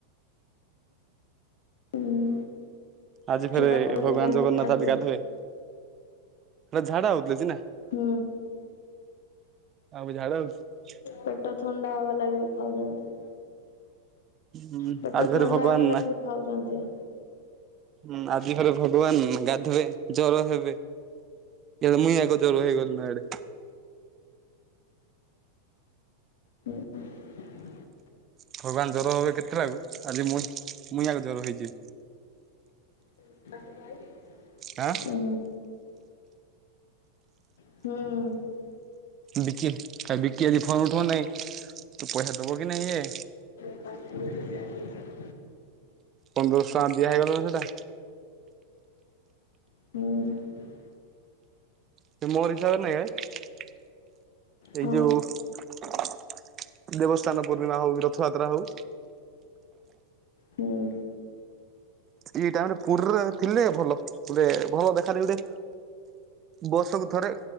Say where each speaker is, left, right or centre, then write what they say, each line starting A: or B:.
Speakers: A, on the left (about 55°); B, on the right (about 30°).
A: ହୁଁ
B: ଆଜି ଫେରେ
A: ଚୁଡା କଦଳୀ
B: ଭଗବାନ
A: ଆଣିକି
B: ଜଗନ୍ନାଥ
A: ଖାଇଦିଅ।
B: ଆଜି ଗାଧେଇବେ ସେ ଛାଡ କିଛି ନାଇ।
A: ହୁଁ।
B: ମୁଁ ଝାଡା ହେଉଛି।
A: ପେଟ ଥଣ୍ଡା ହବା ଲାଗି ଖାଉଛନ୍ତି।
B: ହୁଁ
A: ପେଟ
B: ଆଜି ଫେରେ
A: ଥଣ୍ଡା
B: ଭଗବାନ
A: ହବା ଲାଗି
B: ନା
A: ବି ଖାଉଛନ୍ତି।
B: ହୁଁ ଆଜି ଘରେ ଭଗବାନ ଗାଧେଇବେ ଜର ହେବେ। କେବେ ମୁଇଁ ଜର ହେଇ ଗଳି ଆଡେ।
A: ହୁଁ <inaudible>
B: ଭଗବାନ ଜର ହେବେ କେତେଟା ବେଳକୁ ଆଜି ମୁଇଁ ଜର ହେଇଯିବି।
A: <inaudible>
B: ଆଁ।
A: ଉଁ ହୁଁ।
B: ବିକି ବିକି ଆଜି ଫୋନ ଉଠଉ ନାଇଁ ପଇସା ଦବ କି ନାଇଁ ଏ।
A: ହ <inaudible>
B: ପନ୍ଦରଶହ ଟଙ୍କା ଦିଆହେଇ ଗଲାଣି ସେଟା।
A: ହୁଁ।
B: ସେ ମୋରି ହିସାବରେ ନେବେ। ଏଇ
A: ହଁ
B: ଯୋଉ ଦେବସ୍ଥାନ ପୂର୍ଣ୍ଣିମା ହଉ ରଥଯାତ୍ରା ହଉ।
A: ହୁଁ।
B: ଦିଟାଙ୍କ ପୁରୀରେ ଥିଲେ ଭଲ ଗୋଟେ ଭଲ ଦେଖା ଗୋଟେ। ବର୍ଷକୁ ଥରେ